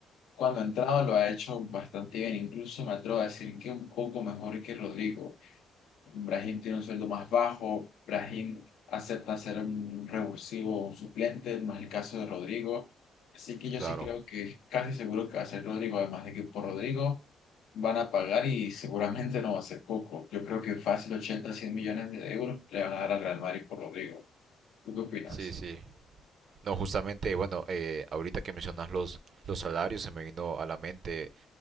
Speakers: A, on the left; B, on the right.
A: cuando ha entrado, lo ha hecho bastante bien. Incluso me atrevo a decir que un poco mejor que Rodrigo. Ibrahim tiene un sueldo más bajo. Ibrahim acepta ser un revulsivo o un suplente, no es el caso de Rodrigo. Así que yo
B: claro.
A: sí creo que casi seguro que va a ser Rodrigo, además de que por Rodrigo van a pagar y seguramente no va a ser poco. Yo creo que fácil 80, 100 millones de euros le van a dar al Real Madrid por Rodrigo. ¿Tú qué opinas?
B: Sí, sí. No, justamente, bueno, eh, ahorita que mencionas los, los salarios, se me vino a la mente